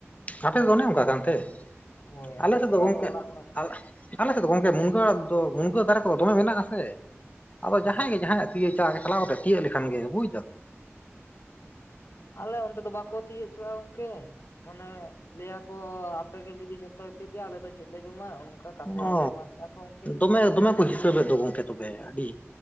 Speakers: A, on the left; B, on the left.
A: ᱟᱯᱮ ᱫᱚ ᱚᱱᱮ ᱚᱱᱠᱟ ᱠᱟᱱ ᱛᱮ,
B: ᱦᱳᱭ
A: ᱟᱞᱮ ᱥᱮᱫ ᱫᱚ ᱜᱚᱝᱠᱮ
B: ᱟᱫᱚ ᱚᱲᱟᱜ ᱚᱲᱟᱜ
A: ᱟᱞ ᱟᱞᱮ ᱥᱮᱫ ᱫᱚ ᱜᱚᱝᱠᱮ ᱢᱩᱱᱜᱟᱹ ᱟᱲᱟᱜ ᱫᱚ ᱢᱩᱱᱜᱟᱹ ᱫᱟᱨᱮ ᱠᱚ ᱫᱚᱢᱮ ᱢᱮᱱᱟᱜᱼᱟ ᱥᱮ ᱟᱫᱚ
B: ᱦᱮᱸ
A: ᱡᱟᱦᱟᱸᱭ ᱜᱮ ᱡᱟᱦᱟᱸᱭᱟᱜ <inaudible> ᱪᱟᱞᱟᱣ ᱠᱟᱛᱮ ᱛᱤᱭᱟᱹᱜ ᱞᱮᱠᱷᱟᱱ ᱜᱮ ᱵᱩᱡᱽ ᱫᱟᱢ᱾
B: ᱟᱞᱮ ᱚᱱᱛᱮ ᱫᱚ ᱜᱚᱝᱠᱮ ᱵᱟᱠᱚ ᱛᱤᱭᱟᱹᱜ ᱦᱚᱪᱚᱣᱟᱜᱼᱟ ᱜᱚᱝᱠᱮ ᱢᱟᱱᱮ ᱞᱟᱹᱭᱟ ᱠᱚ ᱠᱚᱻ ᱟᱯᱮ ᱜᱮ ᱡᱩᱫᱤ ᱡᱷᱚᱛᱚ ᱯᱮ ᱤᱫᱤᱭᱟ ᱟᱞᱮ ᱫᱚ ᱪᱮᱫ ᱞᱮ ᱡᱚᱢᱟ᱾ ᱚᱱᱠᱟ ᱠᱟᱛᱷᱟ
A: ᱚ
B: ᱟᱸᱡᱚᱢᱚᱜᱼᱟ <inaudible> ᱦᱩᱸᱻ
A: ᱫᱚᱢᱮ ᱫᱚᱢᱮ ᱠᱚ ᱦᱤᱥᱟᱹᱵᱮᱫ ᱫᱚ ᱜᱚᱝᱠᱮ ᱛᱚᱵᱮ ᱟᱹᱰᱤ